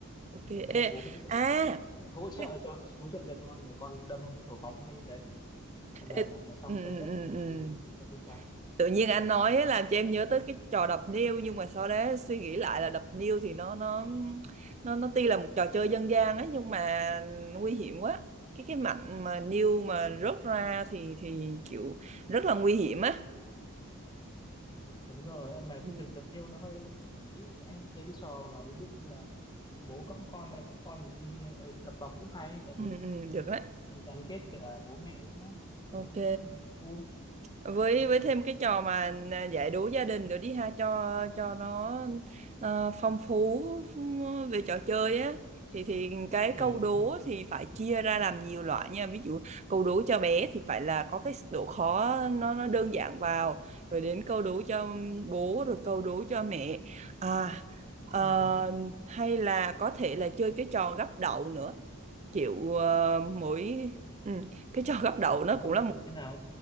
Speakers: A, on the right; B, on the left.
A: ok.
B: Đấy, tức là
A: Ê,
B: bố mẹ sẽ
A: à
B: ờ, hỗ trợ
A: cái-
B: cho hỗ trợ cho con để con đâm những cầu bóng hay như đấy bây giờ
A: ê,
B: mà mà xong
A: ừ,
B: sớm
A: ừ,
B: nhất
A: ừ,
B: thì
A: ừ.
B: thì, thì sẽ chiến thắng
A: tự nhiên anh nói ấy làm cho em nhớ tới cái trò đập niêu nhưng mà sau đó suy nghĩ lại là đập niêu thì nó nó nó nó tuy là một trò chơi dân gian ấy nhưng mà nguy hiểm quá cái cái mảnh mà niêu mà rớt ra thì thì kiểu rất là nguy hiểm á
B: đúng rồi mà
A: Ừ.
B: cứ thực tập nhiều nó hơi ý nghĩa chứ anh thấy cái trò mà ví dụ như là bố cõng con mẹ cõng con mình đi ấy, đập bóng cũng hay tại vì
A: ừ, ừ, được đó
B: gắn gắn kết cả bố mẹ nữa
A: ok
B: thì cũng vui
A: với
B: ừ.
A: với thêm cái trò mà à, giải đố gia đình nữa đi ha cho cho nó ờ, phong phú về trò chơi á thì thì cái
B: Ừ,
A: câu đố
B: ừ,
A: thì phải chia ra làm nhiều loại nha ví dụ câu đố cho bé thì phải là có cái độ khó nó nó đơn giản vào rồi đến câu đố cho bố rồi câu đố cho mẹ à ờ,
B: ừ.
A: hay là có thể là chơi cái trò gắp đậu nữa kiểu ờ,
B: Gấp,
A: mỗi ừ, cái trò gắp đậu nó
B: gấp
A: cũng là
B: đâu là thế nào